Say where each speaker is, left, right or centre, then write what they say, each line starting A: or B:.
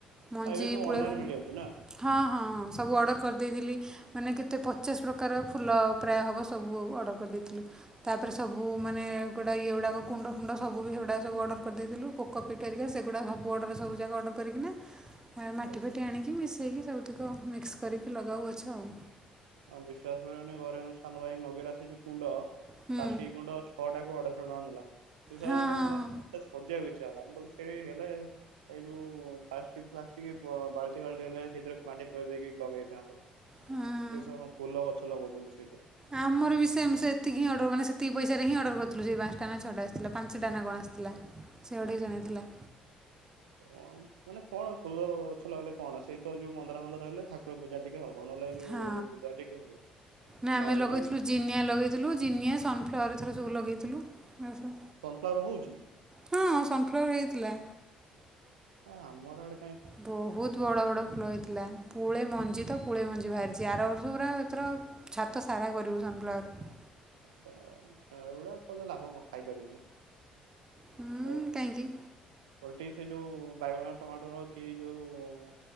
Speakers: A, on the right; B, on the right.
A: ମଞ୍ଜି
B: ଆଉ ଏବେ ସବୁ
A: ପୁଳେ
B: ଅନଲାଇନ
A: ଖଁ
B: ମିଳିଯାଉଛି ନା
A: ହଁ ହଁ ହଁ। ସବୁ ଅର୍ଡ଼ର କରିଦେଇଥିଲି। ମାନେ କେତେ ପଚାଶ ପ୍ରକାର ଫୁଲ ପ୍ରାୟ ହବ ସବୁ ଅର୍ଡ଼ର କରିଦେଇଥିଲୁ। ତାପରେ ସବୁ ମାନେ ଗୋଟା ଇଏ ଗୁଡାକ କୁଣ୍ଡ ଫୁଣ୍ଡ ସବୁ ବି ସେଗୁଡାକ ସବୁ ଅର୍ଡର କରିଦେଇଥିଲୁ। କୋ କୋ ପିଟେ ୟେ ସେଗୁଡ଼ା ସବୁ ଅର୍ଡ଼ରରେ ସବୁ ଯାକ ଅର୍ଡ଼ର କରିକିନା ଆ ମାଟି
B: ଓହୋ
A: ଫାଟି ଆଣିକି ମିଶେଇକି ସବୁତିକ ମିକ୍ସ କରିକି ଲଗାଉ ଗଛ ଆଉ।
B: ହଁ ବିଶ୍ୱାସ କରିବନି ଘରେ ମୋ ସାନ ଭାଇ ମଗେଇା ସେ ଯୋଉ କୁଣ୍ଡ
A: ହୁଁ
B: ପ୍ଲାଷ୍ଟିକ କୁଣ୍ଡ ଛଅ ଟାକୁ ଅଢ଼େଇଶ ଟଙ୍କା ନେଲା। ସେ ଶଳାଟାକୁ
A: ହଁ ହଁ
B: ଇଚଛ ହେଲା ମୁଁ କହିଲି ସେଇଠି ହେଲେ <unintelligible> ଏଇ ଯୋଉ ପ୍ଲାଷ୍ଟିକ ଫ୍ଲାଷ୍ଟିକ ଅ ବାଲଟି ଫାଲ୍ଟି ହେଲେ ସେଥିରେ ମାଟି ପୁରେଇ ଦେଇକି ଲଗେଇଥାନ୍ତ।
A: ହଁଅଁ
B: ସେସବୁ ଫୁଲଗଛ ଲଗଉଛନ୍ତି ସେଇଥେରେ।
A: ଆମର ବି ସେମ ସେତିକି ହିଁ ଅଡର ମାନେ ସେତିକି ପଇସାରେି ହିଁ ଅଡର କରିଥିଲୁ ସେଇ ପାଞ୍ଚଟା ନା ଛଅଟା ଆସିଥିଲା ପାଞ୍ଚ ଟା କଣ? ଆସିଥିଲା। ସେଇ ଅଢ଼େଇଶ ନେଇ ଥିଲା।
B: ହ <inaudible> ମାନେ କଣ ଫୁଲଗଛ ଲଗେଇଲେ କଣ ସେଇତ ଯୋଉ ମନ୍ଦାର ହନ୍ଦାର ହେଲେ ଠାକୁର ପୂଜା ଟିକେ ହବ। ନହେଲେ ଯୋଉ
A: ହଁ
B: ଇଏ ପୂଜା ଟିକେ ହୁଏ
A: ନା ଆମେ
B: ନହେଲେ
A: ଲଗେଇଥିଲୁ
B: ନାଇଁ
A: ଜିନିଆ ଲଗେଇଥିଲୁ ଜିନିଆ ସନ ଫା ଫ୍ଲାୱାର ଏଥର ସବୁ ଲଗେଇଥିଲୁ। ଆ ସବୁ
B: ସନଫ୍ଲୱାର ହଉଛି
A: ହଁ ସନ୍ଫ୍ଲୱାର ହେଇଥିଲା।
B: ଆ ଆମର ଆଡ
A: ବହୁତ ବଡ ବଡ। ଫଲ ହେଇଥିଲା ପୁଳେ ମଞ୍ଜି ତ ପୁଳେ ମଞ୍ଜି ବାହାରିଛି ଆର ବର୍ଷ ପୁରା ଏଥର ଛାତ ସାରା କର ବଙ୍ଗଲାର।
B: ଆଛାଗୁଡା କଲେ ଲାଭ କଣ ଖାଇପାରିବନି
A: ହୁଁ
B: ଓ
A: କାହିଁକି?
B: ଓଲଟି ସେ ଯୋଉ ବାଇଗଣ ଟମାଟର କି ଯୋଉ